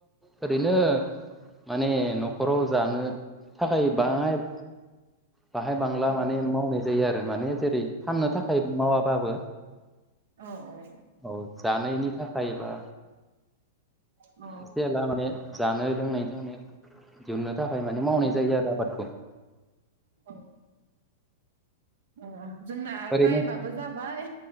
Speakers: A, in the centre; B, on the right (about 60°).
A: ओरैनो माने न'खराव जानो थाखाय बाङाय बाहाय बांला
B: औ
A: माने मावनाय जायो आरो । माने जेरै फाननो
B: औ
A: थाखाय मावाबाबो
B: औ औ
A: औ जानायनि थाखाय बा
B: औ
A: एसे एला माने जानाय लोंनायनि थांनाय दिहुननो थाखाय माने मावनाय
B: औ
A: जायो आरो आबादखौ ।
B: औ अ जोंना
A: ओरैनो
B: टाइमाबो जाबाय